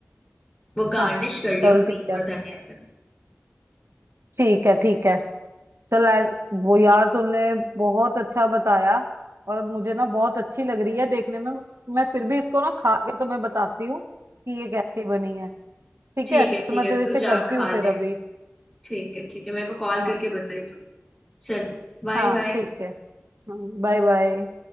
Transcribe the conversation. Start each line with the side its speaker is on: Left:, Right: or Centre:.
Left: वो
Right: अच्छा
Left: गार्निश कर लियो
Right: चल
Left: क्रीम
Right: ठीक है
Left: और धनिया से
Right: ठीक है ठीक है चल आज वो यार तूने बहुत अच्छा बताया और मुझे ना बहुत अच्छी लग रही है देखने में मैं फिर भी इसको ना खा के तुम्हें बताती हूँ कि ये कैसी बनी है ठीक
Left: ठीक
Right: है
Left: है
Right: चल
Left: ठीक
Right: मैं
Left: है
Right: तेरे
Left: तू
Right: से करती
Left: जा खा
Right: हूँ फिर
Left: ले
Right: अभी
Left: ठीक है ठीक है मेरे को कॉल
Right: हाँ
Left: करके बताइयो चल बाय
Right: हाँ
Left: बाय
Right: ठीक है Bye bye